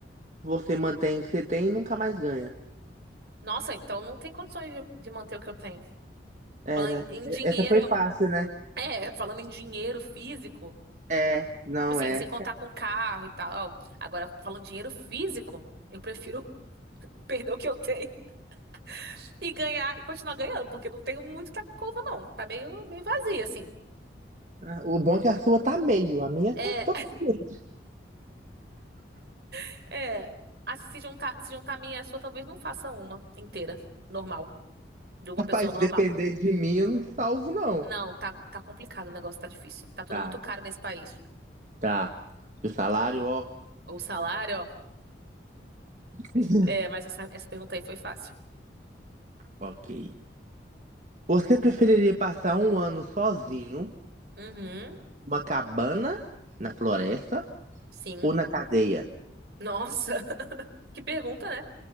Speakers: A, on the right (about 40°); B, on the right (about 60°).
A: você mantém o que você tem e nunca mais ganha.
B: Nossa, então não tem condições de, de manter o que eu tenho.
A: É,
B: Falando
A: né?
B: em, em
A: E-
B: dinheiro,
A: Essa foi fácil, né?
B: é, falando em dinheiro físico,
A: É, não
B: tipo assim,
A: é.
B: sem contar com carro e tal. Agora, falando em dinheiro físico, eu prefiro <laughs> perder o que eu tenho <laughs> e ganhar e continuar ganhando, porque não tenho muito na conta, não. Tá meio, meio vazia, assim.
A: Ah, O bom é que a sua tá meio, a minha
B: É,
A: tá totalmente.
B: <laughs> é. Ah, se juntar, se juntar a minha e a sua, talvez não faça uma inteira, normal, de uma
A: Rapaz,
B: pessoa normal.
A: se depender de mim, eu não te salvo, não.
B: Não, tá, tá complicado, o negócio tá difícil. Tá tudo
A: Tá,
B: muito caro nesse país.
A: tá. E o salário, ó.
B: O salário, ó.
A: <laughs>
B: É, mas essa, essa pergunta aí foi fácil.
A: Ok. Você preferiria passar um ano sozinho,
B: Uhum,
A: numa cabana, na floresta
B: sim.
A: ou na cadeia?
B: Nossa, <laughs> que pergunta, né?